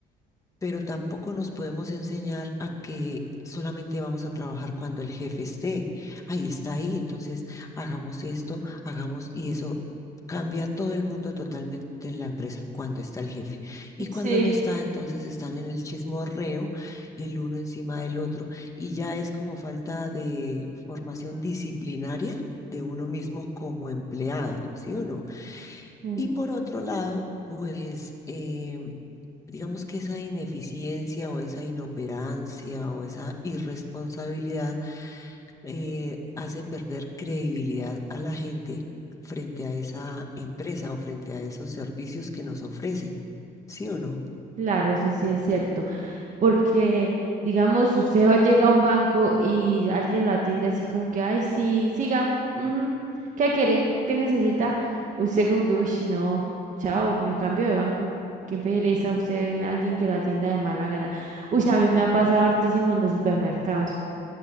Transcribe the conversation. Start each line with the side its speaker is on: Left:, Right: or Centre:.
Left: pero tampoco nos podemos enseñar a que solamente vamos a trabajar cuando el jefe esté. Ahí está ahí, entonces hagamos esto, hagamos y eso cambia todo el mundo totalmente en la empresa cuando está el jefe. Y cuando
Right: Sí.
Left: no está, entonces están en el chismorreo, el uno encima del otro, y ya es como falta de formación disciplinaria de uno mismo como empleado, ¿sí o no?
Right: Mm,
Left: Y por otro lado, pues eh, digamos que esa ineficiencia o esa inoperancia o esa irresponsabilidad eh, hace perder credibilidad a la gente frente a esa empresa o frente a esos servicios que nos ofrecen, ¿sí o no?
Right: claro, eso sí es cierto. porque, digamos, usted va- llega a un banco y alguien lo atiende así como que, ay, sí, siga, ujú, ¿Qué quiere? ¿Qué necesita? Usted como que, uy, no, chao, me cambio de banco. Qué pereza usted, un- alguien que lo atienda de mala gana. Uy, a mí me ha pasado hartísimo en los supermercados.